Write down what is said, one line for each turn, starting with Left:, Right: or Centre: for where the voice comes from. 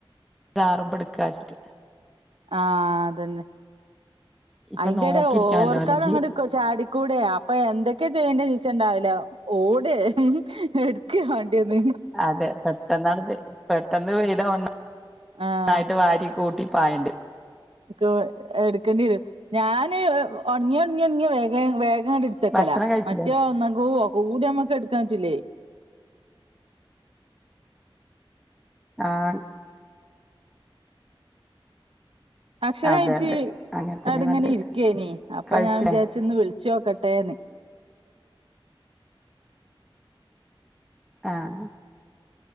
Centre: ആറുമ്പം ഇട്ക്കാച്ചിട്ട്
Right: ആഹ് അതെന്നെ
Centre: ഇപ്പൊ
Right: അയിന്റെ
Centre: നോക്കിയിരിക്കണല്ലോ
Right: ടെ ഓർക്കാതങ്ങട്ട്
Centre: അല്ലെങ്കി
Right: ചാടിക്കൂടെ അപ്പൊ എന്തൊക്കെ ചെയ്യണ്ടെ നിച്ചണ്ടാവൂല ഓടെ ഉമ് എടുക്കാ വാണ്ടീന്ന്
Centre: അതെ പെട്ടെന്നാണ്ട് പെട്ടെന്ന് പെയ്താ ഒന്ന
Right: ആഹ്
Centre: ഒന്നായിട്ട് വാരി കൂട്ടി പായണ്ടെരും
Right: ക് എടുക്കെണ്ടിരും ഞാന് ഒണങ്ങിയ ഒണങ്ങിയ ഒണങ്ങിയ വേഗ വേഗങ്ങട്ട് ഇട്ത്തക്കലാ
Centre: ഭക്ഷണം കഴിച്ചില്ലേ
Right: മറ്റേ ഒന്നുങ്കൂ കൂടി നമ്മക്ക് എടുക്കാ പറ്റൂല്ലേ
Centre: ആഹ്
Right: ഭക്ഷണം
Centre: അതെ
Right: കഴിച്ച്
Centre: അതെ അങ്ങനെ തന്നെ
Right: ആട്ടിങ്ങനെ
Centre: നല്ലത്
Right: ഇരിക്കേനി അപ്പൊ
Centre: കഴിച്ചില്ലേ
Right: ഞാൻ വിചാരിച്ച് ഇന്ന് വിളിച്ചോക്കട്ടെന്ന്
Centre: ആഹ്